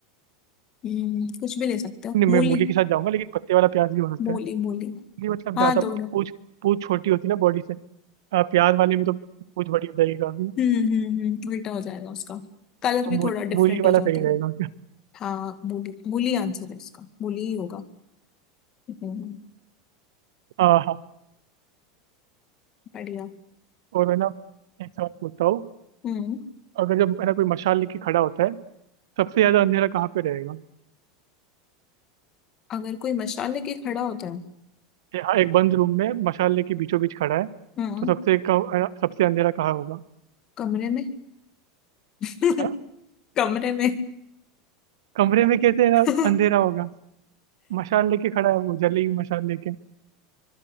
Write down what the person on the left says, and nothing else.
हम्म कुछ भी ले सकते हो
मूली
मूली
मूली
हाँ
दोनों
हम्म हम्म हम्म, उल्टा हो जाएगा उसका कलर
भी
थोड़ा डिफरेंट
हो जाता
है
हाँ मूली मूली आंसर है इसका मूली ही होगा हम्म
बढ़िया
हम्म
अगर कोई मशाल लेके खड़ा होता है
हम्म
कमरे में <laughs>
कमरे में
<laughs>